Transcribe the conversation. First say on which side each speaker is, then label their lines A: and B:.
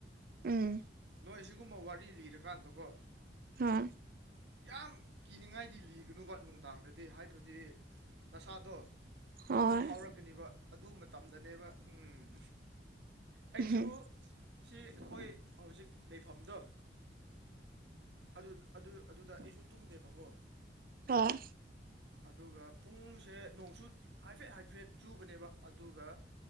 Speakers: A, on the right; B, on the right.
A: ꯎꯝ
B: ꯅꯣꯏ ꯁꯤꯒꯨꯝꯕ ꯋꯥꯔꯤ ꯂꯤꯔꯀꯥꯟꯗꯀꯣ
A: ꯍꯥ
B: ꯌꯥꯝ ꯀꯤꯅꯤꯡꯉꯥꯏꯗꯤ ꯂꯤꯒꯅꯨꯕ ꯅꯨꯡꯗꯥꯡꯗꯗꯤ ꯍꯥꯏꯕꯗꯤ ꯅꯁꯥꯗꯣ
A: ꯍꯣꯏ
B: ꯑꯃ ꯐꯥꯎꯔꯛꯀꯅꯤꯕ ꯑꯗꯨ ꯃꯇꯝꯗꯅꯦꯕ ꯎꯝ ꯑꯩꯁꯨ
A: ꯎꯝ
B: ꯁꯤ ꯑꯩꯈꯣꯏ ꯍꯧꯖꯤꯛ ꯂꯩꯐꯝꯗꯣ ꯑꯗꯨꯠ ꯑꯗꯨ ꯑꯗꯨꯗ ꯑꯩꯁꯨ ꯇꯨꯝꯗꯦꯕꯀꯣ
A: ꯑꯥ
B: ꯑꯗꯨꯒ ꯄꯨꯡꯁꯦ ꯅꯣꯡꯆꯨꯠ ꯍꯥꯏꯐꯦꯠ ꯍꯥꯏꯐꯦꯠ ꯆꯨꯕꯅꯦꯕ ꯑꯗꯨꯒ